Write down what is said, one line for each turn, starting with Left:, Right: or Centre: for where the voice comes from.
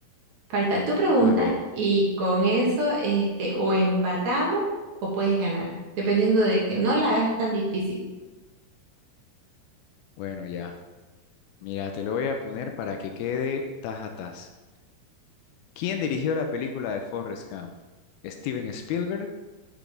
Right: Falta tu pregunta
Left: A ver,
Right: y con eso este, o empatamos o puedes ganar, dependiendo de que no la hagas tan difícil.
Left: bueno, ya. Mira, te lo voy a poner para que quede tas a tas. ¿Quién dirigió la película de Forrest Gump? ¿Steven Spielberg,